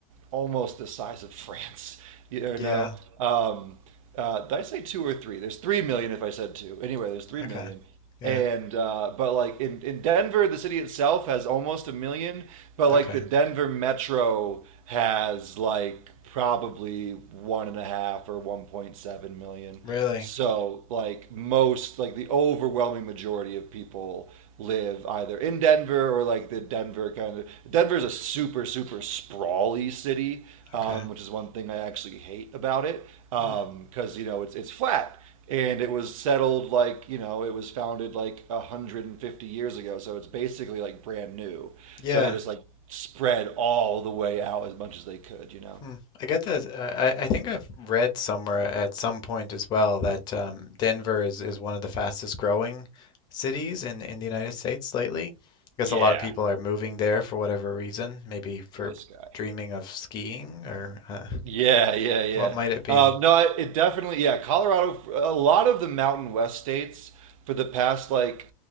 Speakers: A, on the right; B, on the left.
A: almost the size of France. <laughs> You
B: Yeah.
A: know, um, uh, did I say two or three? There's three million if I said two. Anyway, there's three
B: Okay.
A: million
B: Yeah.
A: and uh, but like in, in denver the city itself has almost a million but like
B: Okay.
A: the denver metro has like probably one and a half or 1.7 million
B: Really?
A: so like most like the overwhelming majority of people live either in denver or like the denver kind of denver's a super super sprawly city um,
B: Okay.
A: which is one thing i actually hate about it um,
B: Hmm.
A: because you know it's it's flat and it was settled like you know it was founded like 150 years ago so it's basically like brand new
B: Yeah.
A: so they just like spread all the way out as much as they could you know
B: Hmm. I get that. I, I I think I've read somewhere at some point as well that um, Denver is, is one of the fastest growing cities in, in the United States lately. I guess
A: Yeah.
B: a lot of people are moving there for whatever reason, maybe for
A: this guy
B: dreaming of skiing or uh,
A: Yeah, yeah, yeah.
B: what might it be?
A: Um, no, I- it definitely, yeah. Colorado, a lot of the Mountain West states for the past, like,